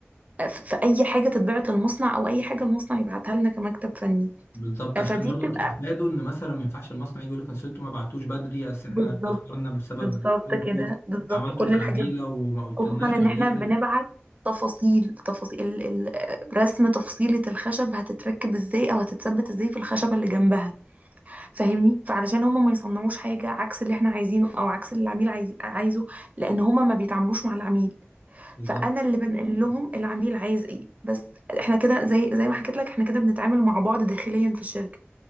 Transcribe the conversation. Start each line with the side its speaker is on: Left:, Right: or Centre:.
Right: آه، ف- في اي حاجه تتبعت المصنع او اي حاجه المصنع يبعتها لنا كمكتب فني
Left: بالظبط
Right: آه،
Left: عشان
Right: فدي
Left: برضو
Right: بتبقى
Left: تتفادوا ان مثلا ما ينفعش المصنع يجي يقول لك اصل انتوا ما بعتوش بدري اصل
Right: بالظبط
Left: احنا اتاخرنا بسبب
Right: بالظبط
Left: انتوا
Right: كده بالظبط
Left: عملتوا
Right: كل
Left: تعديله
Right: الحاجات دي
Left: وما قلتلناش
Right: خصوصا ان
Left: عليها
Right: احنا بنبعت تفاصيل تفاصيل ال- ال- رسم تفصيلة الخشب هتتركب ازاي او هتتثبت ازاي في الخشبة اللي جنبها فاهمني فعلشان هما ما يصنعوش حاجة عكس اللي احنا عايزينه او عكس اللي العميل عايز عايزه لان هما ما بيتعاملوش مع العميل
Left: بالظبط
Right: فانا اللي بنقل لهم العميل عايز ايه بس احنا كده زي زي ما حكيت لك احنا كده بنتعامل مع بعض داخليا في الشركة